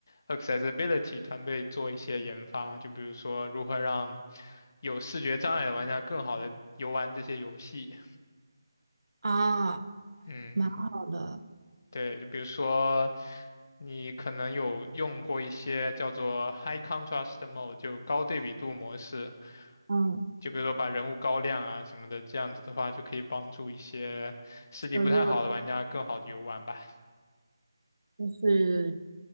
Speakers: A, on the left; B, on the right.
A: accessibility 团队做一些研发，就比如说如何让有视觉障碍的玩家更好的游玩这些游戏。
B: 啊。
A: 嗯，
B: 蛮好的，
A: 对，就比如说你可能有用过一些叫做 High Contrast Mode，就高对比度模式，
B: 嗯，
A: 就比如说把人物高亮啊什么的，这样子的话就可以帮助一些视力不太好的玩家更好的游玩吧。
B: 削弱的，就是